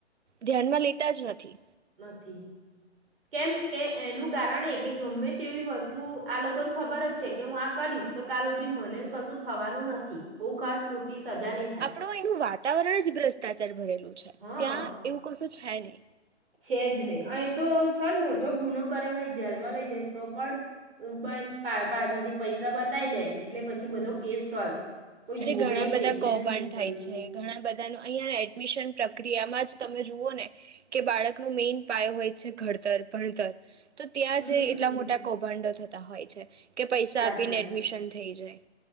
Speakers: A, on the right; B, on the right.
A: ધ્યાનમાં લેતા જ નથી.
B: <inaudible> કેમ કે એનું કારણ એ કે ગમે તેવી વસ્તુ આ લોકોને ખબર જ છે કે હું આ કરીશ તો કાલ ઉઠીને મને કશું થવાનું નથી બહુ ખાસ મોટી સજા નહીં થાય
A: આપણો અયનું વાતાવરણ જ ભ્રષ્ટાચાર ભરેલું છે
B: હા
A: ત્યાં એવું કશું છેણે.
B: છે જ નય અહીં તો છને મોટો ગુનો કર્યો હોય જેલમાં લઈ જાય તો પણ બસ પાછળથી પૈસા બતાય દેય એટલે પછી બધો કેસ સોલ્વ. કોઈ
A: અરે
B: જોવે
A: ઘણા
B: નહીં
A: બધા
B: કે
A: કૌભાંડ
B: એને શું કર્યું
A: થાય
B: તું
A: છે ઘણા બધા નું અહિયાં એડમિશન પ્રક્રિયામાં જ તમે જુઓ ને કે બાળકનું મેઈન પાયો હોય છે ઘડતર, ભણતર. તો ત્યાં
B: હમ
A: જે એટલા મોટા કૌભાંડો થત હોય છે. કે પૈસા
B: સાચી
A: આપીને
B: વાત
A: એડમિશન
B: છે.
A: થઈ જાય.